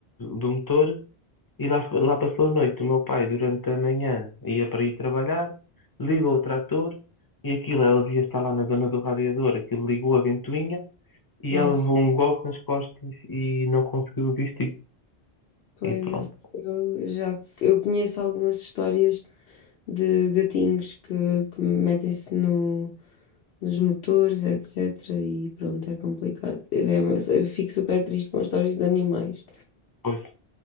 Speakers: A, on the left (about 25°); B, on the left (about 75°).
A: do motor e lá, lá passou a noite. O meu pai, durante a manhã, ia para ir trabalhar, ligou o trator e aquilo, ela devia estar lá na zona do radiador, aquilo ligou a ventoinha e
B: pois,
A: ela levou um golpe nas costas e não conseguiu vestir.
B: pois
A: E pronto,
B: eu eu já eu conheço algumas histórias de gatinhos que, que metem-se no, nos motores, etc. E pronto, é complicado. É, mas eu fico super triste com histórias de animais.
A: pois.